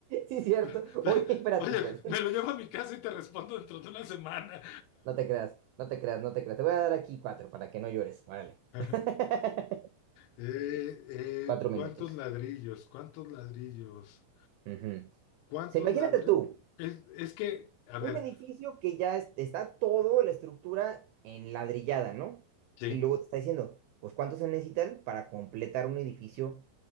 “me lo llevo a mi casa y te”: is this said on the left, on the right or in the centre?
Left